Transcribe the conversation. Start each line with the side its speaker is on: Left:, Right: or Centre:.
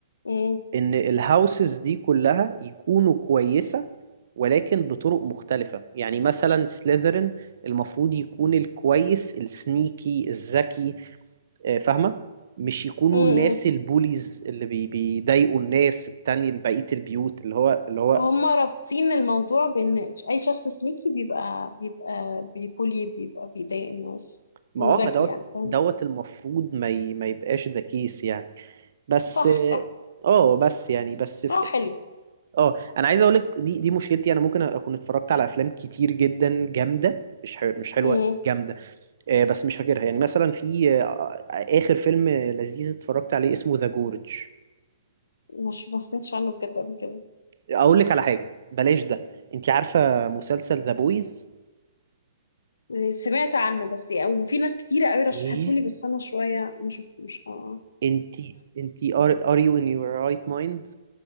Left: مم.
Right: ان الهاوسز دي كلها يكونوا كويسة ولكن بطرق مختلفة يعني مثلا سليذرين المفروض يكون الكويس السنيكي الذكي آه، فاهمة مش يكونوا
Left: مم.
Right: الناس
Left: مم.
Right: البوليز اللي بي بيضايقوا الناس التانية بقية البيوت اللي هو اللي هو
Left: هما رابطين الموضوع بإن أي شخص سنيكي بيبقى بيبقى بيبولي بيبقى بيضايق الناس
Right: ما
Left: وذكي
Right: اه ما دوت
Left: يعني فاهم
Right: دوت المفروض ما ي- ما يبقاش ذا كيس يعني بس
Left: صح
Right: اه
Left: صح
Right: آه، بس يعني بس
Left: صح حلو
Right: اه انا عايز اقول لك دي دي مشكلتي انا ممكن اكون اتفرجت على افلام كتير جدا جامده مش حلو مش حلوه
Left: مم.
Right: جامده آه، بس مش فاكرها يعني مثلا في آه، اخر فيلم لذيذ اتفرجت عليه اسمه ذا جورج
Left: مش ما سمعتش عنه بجد قبل كده
Right: اقول لك على حاجه بلاش ده انت عارفه مسلسل ذا بويز
Left: سمعت عنه بس يعني وفي ناس كتيرة قوي رشحته
Right: ايه
Left: لي بس انا شوية ما شفتوش آه.
Right: انت انت ار ار يو ان يور رايت مايند